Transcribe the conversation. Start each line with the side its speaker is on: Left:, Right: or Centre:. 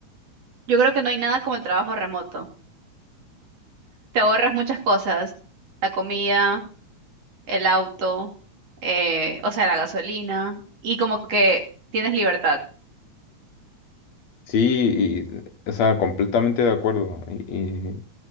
Right: Yo creo que no hay nada como el trabajo remoto. Te ahorras muchas cosas, la comida, el auto, eh, o sea, la gasolina, y como que tienes libertad
Left: Sí, y, o sea, completamente de acuerdo. Y,